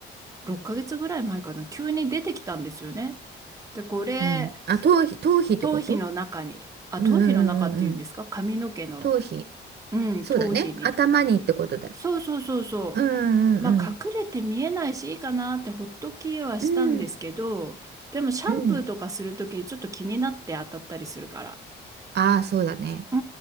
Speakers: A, on the right (about 15°); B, on the right (about 55°).
A: 6ヶ月ぐらい前かな急に出てきたんですよね。でこれ
B: うん。あ、頭皮、頭皮ってこと
A: 頭皮の中にあ頭皮の中っていうんですか髪の毛の
B: うんうんうんうんうん。頭皮。
A: うん頭皮に。
B: そうだね。頭にってことだね。
A: そうそうそうそう。
B: うんうんうん。
A: まあ隠れて見えないしいいかなってほっときはしたんですけどでもシャンプーとかするときにちょっと気になって当たったりするから。
B: うんうん。ああ、そうだね。
A: う